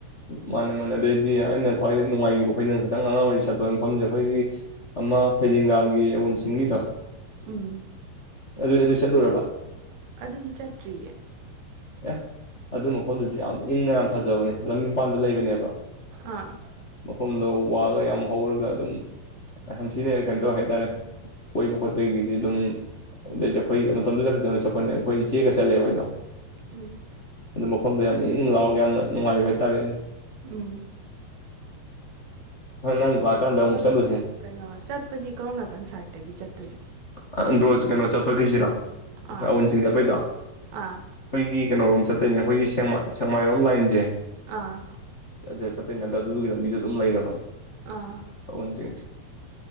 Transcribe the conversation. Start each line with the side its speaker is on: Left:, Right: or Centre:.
Left: ꯃꯥꯅꯦ ꯃꯥꯅꯦ ꯑꯗꯨꯗꯩꯗꯤ ꯑꯩꯅ ꯈ꯭ꯋꯥꯏ ꯅꯨꯡꯉꯥꯏꯈꯤꯕ ꯑꯩꯈꯣꯏꯅ ꯈꯤꯇꯪ ꯑꯉꯥꯡ ꯑꯣꯏꯔꯤꯩ ꯆꯠꯄ ꯃꯐꯝꯁꯦ ꯑꯩꯈꯣꯏꯒꯤ ꯑꯃ ꯐꯩꯗꯤꯡꯒꯥꯒꯤ ꯑꯎꯟꯁꯤꯡꯒꯤꯗꯣ꯫
Right: ꯎꯝ
Left: ꯑꯗꯨ ꯑꯗꯨ ꯆꯠꯂꯨꯔꯕ꯫
Right: ꯑꯗꯨꯗꯤ ꯆꯠꯇ꯭ꯔꯤꯌꯦ꯫
Left: ꯑꯦ ꯑꯗꯨ ꯃꯐꯝꯗꯨꯁꯨ ꯌꯥꯝ ꯏꯪꯅ ꯌꯥꯝ ꯐꯖꯕꯅꯦ ꯂꯝꯃꯤ ꯄꯥꯟꯗ ꯂꯩꯕꯅꯦꯕ꯫
Right: ꯑꯥ
Left: <unintelligible> ꯃꯐꯝꯗꯣ ꯋꯥꯒ ꯌꯥꯝ ꯍꯧꯔꯒ ꯑꯗꯨꯝ ꯌꯥꯝꯝꯊꯤꯅ ꯀꯩꯅꯣ ꯇꯧꯋꯦ ꯍꯥꯏꯇꯥꯔꯦ ꯀꯣꯏꯕ ꯈꯣꯠꯄꯒꯤꯗꯤ ꯑꯗꯨꯝ ꯑꯗꯩꯗꯤ ꯑꯩꯈꯣꯏ ꯃꯇꯝꯗꯨꯗ ꯐꯖꯅ ꯆꯠꯄꯅꯦ ꯑꯩꯈꯣꯏ ꯆꯦꯒ ꯆꯠꯂꯦꯕ ꯑꯩꯗꯣ꯫
Right: ꯎꯝ
Left: ꯃꯐꯝꯗ ꯌꯥꯝ ꯏꯪ ꯂꯥꯛꯑꯣꯒ ꯌꯥꯝꯅ ꯅꯨꯡꯉꯥꯏꯖꯕ ꯍꯥꯏꯇꯥꯔꯦ꯫
Right: ꯎꯝ
Left: ꯅꯪ ꯂꯥꯛꯀꯥꯟꯗ
Right: ꯃꯐꯝꯁꯦ
Left: ꯑꯃꯨꯛ ꯆꯠꯂꯨꯁꯦ
Right: ꯀꯩꯅꯣ ꯆꯠꯄꯗꯤ ꯀꯔꯣꯝ ꯅꯥꯀꯟ ꯁꯥꯏꯠꯇꯒꯤ ꯆꯠꯇꯣꯏꯅꯣ
Left: <unintelligible> ꯀꯩꯅꯣ ꯆꯠꯄꯈꯤꯁꯤꯔ ꯑꯩꯈꯣꯏ
Right: ꯑꯥ
Left: ꯑꯋꯟ ꯆꯤꯡꯦ ꯑꯩꯄꯩꯗ ꯑꯩꯈꯣꯏꯒꯤ
Right: ꯑꯥ
Left: ꯀꯩꯅꯣꯔꯣꯝ ꯆꯠꯇꯣꯏꯅꯦ ꯑꯩꯈꯣꯏꯒꯤ ꯁꯦꯡꯃꯥꯏꯔꯣꯝ ꯂꯥꯏꯟꯁꯦ
Right: ꯑꯥ
Left: <unintelligible> ꯆꯠꯇꯅ ꯉꯗ ꯑꯗꯨꯒꯤꯗ ꯂꯝꯕꯤꯗꯣ ꯑꯗꯨꯝ ꯂꯩꯔꯕꯅꯤ
Right: ꯑꯥ
Left: <unintelligible>